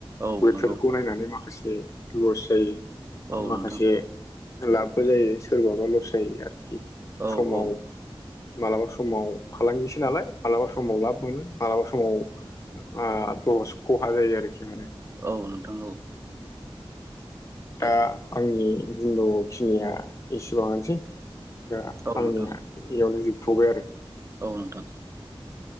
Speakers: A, on the right; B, on the left.
A: औ
B: बोथोरखौ
A: नंगौ
B: नायनानै माखासे लस जायो
A: औ
B: माखासे
A: नोंथां
B: लाबबो जायो सोरबाबा लस जायो आरोखि।
A: औ
B: समाव
A: औ
B: मालाबा समाव फालांगिसो नालाय मालाबा समाव लाब मोनो मालाबा समाव आ लस खहा जायो आरोखि माने।
A: औ नोंथां औ।
B: दा आंनि बुंनावौखिनिया एसेबाङानोसै दा
A: औ नोंथां
B: आंनिया इयावनो जोबथ'बाय आरो।
A: औ नोंथां।